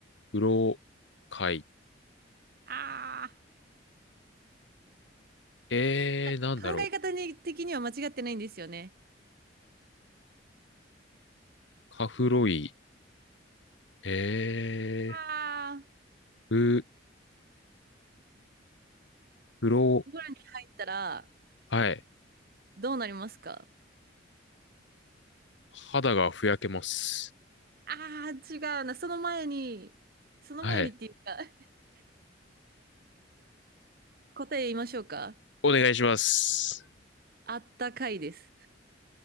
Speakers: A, on the left; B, on the right.
A: 風呂会。
B: あ
A: えー、
B: なんか考え方に的には間違ってないんですよね。
A: なんだろう。カフロイ。え
B: あ、ああ
A: ー、ふ、風呂、
B: お風呂に入ったら
A: はい。
B: どうなりますか
A: 肌がふやけます。
B: ああー、違うな。その前に、その前にっていうか、
A: はい。
B: <laughs> 答え言いましょうか。
A: お願いします。
B: あったかいです。